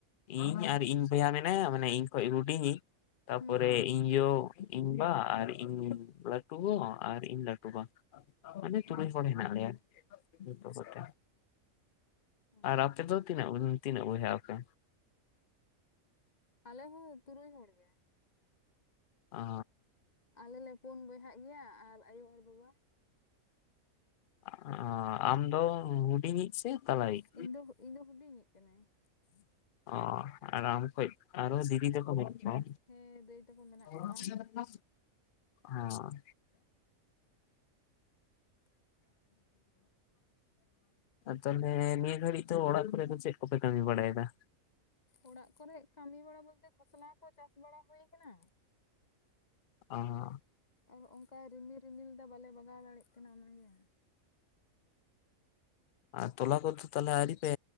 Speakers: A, on the left; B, on the left.
A: ᱤᱧ
B: ᱚ
A: ᱟᱨ ᱤᱧ ᱵᱚᱭᱦᱟ ᱢᱮᱱᱟᱭᱟ ᱢᱟᱱᱮ ᱤᱧ ᱠᱷᱚᱱ ᱦᱩᱰᱤᱧ ᱤᱡ ᱛᱟᱨ
B: ᱦᱩᱸ
A: ᱯᱚᱨᱮ ᱤᱧ ᱭᱩ ᱤᱧ ᱵᱟ ᱟᱨ ᱤᱧ ᱭᱩ ᱞᱟᱹᱴᱩ ᱜᱚ ᱟᱨ ᱤᱧ ᱞᱟᱹᱴᱩ ᱵᱟ ᱢᱟᱱᱮ ᱛᱩᱨᱩᱭ
B: ᱚ
A: ᱦᱚᱲ ᱦᱮᱱᱟᱜ ᱞᱮᱭᱟ ᱱᱤᱛᱚᱜ ᱠᱚᱛᱮ
B: ᱚ
A: ᱟᱨ ᱟᱯᱮ ᱫᱚ? ᱛᱤᱱᱟᱹᱜ ᱵᱩᱱ ᱛᱤᱱᱟᱹᱜ ᱵᱚᱭᱦᱟᱜ ᱟᱯᱮ?
B: ᱟᱞᱮ ᱦᱚᱸ ᱛᱩᱨᱩᱭ ᱦᱚᱲ ᱜᱮ᱾
A: <unintelligible> ᱟ᱾
B: ᱟᱞᱮ ᱞᱮ ᱯᱩᱱ ᱵᱚᱭᱦᱟᱼᱜ ᱜᱮᱭᱟ ᱟᱨ ᱟᱭᱳ ᱟᱨ ᱵᱟᱵᱟ᱾
A: ᱟ ᱟᱢ ᱫᱚ ᱦᱩᱰᱤᱧ ᱤᱡ ᱥᱮ ᱛᱟᱞᱟᱭᱤᱜ᱾
B: ᱤᱧ ᱫᱚ ᱤᱧ ᱫᱚ ᱦᱩᱰᱤᱧᱤᱡ ᱠᱟᱹᱱᱟᱹᱧ
A: ᱚ ᱟᱨ ᱟᱢ ᱠᱷᱚᱡ ᱟᱨᱚ ᱫᱤᱫᱤ ᱛᱮᱠᱚ <unintelligible> ᱵᱚᱜ ᱠᱚᱣᱚ᱾
B: ᱦᱮᱸ ᱫᱟᱹᱭ ᱛᱟᱠᱚ ᱢᱮᱱᱟᱜ ᱠᱚᱣᱟ
A: <unintelligible> ᱦᱚᱸ ᱛᱟᱦᱞᱮ ᱱᱤᱭᱟᱹ ᱜᱷᱟᱹᱲᱤᱡ ᱫᱚ ᱚᱲᱟᱜ ᱠᱚᱨᱮ ᱫᱚ ᱪᱮᱫ- ᱠᱚᱯᱮ ᱠᱟᱹᱢᱤ ᱵᱟᱲᱟ ᱭᱮᱫᱟ᱾
B: ᱚᱲᱟᱜ ᱠᱚᱨᱮ ᱠᱟᱹᱢᱤ ᱵᱟᱲᱟ ᱵᱚᱞ ᱛᱮ ᱠᱷᱚᱥᱞᱟ ᱠᱚ ᱪᱟᱥ ᱵᱟᱲᱟ ᱦᱩᱭ ᱠᱟᱱᱟ᱾
A: <unintelligible> ᱟ ᱦᱟᱜ᱾
B: ᱚ ᱦᱚᱜ ᱚᱝᱠᱟ ᱨᱤᱢᱤᱞ ᱨᱤᱢᱤᱞ ᱫᱟ ᱵᱟᱞᱮ ᱵᱟᱜᱟᱣ ᱫᱟᱲᱮᱜ ᱠᱟᱱᱟ ᱚᱱᱟ ᱜᱮ᱾
A: ᱟᱨ ᱛᱚᱞᱟ ᱠᱚᱛᱚ ᱛᱟᱦᱞᱮ ᱟᱹᱣᱨᱤ ᱯᱮ